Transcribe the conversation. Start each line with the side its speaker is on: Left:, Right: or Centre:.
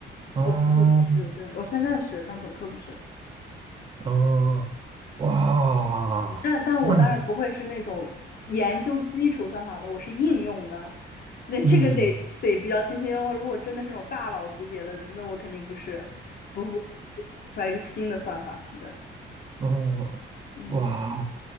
Right: 嗯
Left: 我本科不是，对，我现在是，但本科不是。
Right: 嗯，哇，
Left: 但但我当然不会是那种研究基础算法的，
Right: 那你
Left: 我是应用的。那这个得得比较清晰。
Right: 嗯。
Left: 哦，如果真的是那种大佬级别的，那我肯定不是，不不出来一个新的算法。对，
Right: 哦，
Left: 嗯
Right: 哇，